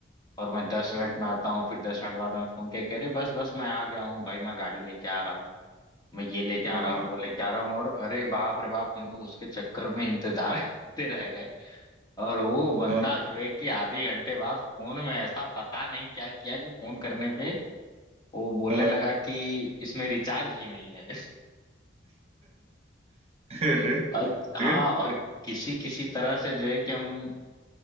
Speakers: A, on the left; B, on the right.
A: और मैं दस
B: हाँ
A: मिनट में आता हूँ फिर दस मिनट बाद मैं फोन किया कह रहे बस बस मैं आ गया हूँ भाई मैं गाड़ी लेके आ रहा हूँ मैं ये लेके आ
B: हाँ
A: रहा हूँ वो लेके आ रहा हूँ और अरे बाप रे बाप हम लोग उसके चक्कर में इंतजार <laughs> करते रह गए और वो बंदा
B: हाँ
A: जो है कि आधे घंटे बाद फोन में ऐसा पता नहीं क्या किया कि फोन करने पे वो बोलने
B: हाँ,
A: लगा कि इसमें रिचार्ज ही नहीं है
B: अरे
A: <laughs> और हाँ
B: फिर
A: और किसी किसी तरह से जो है कि हम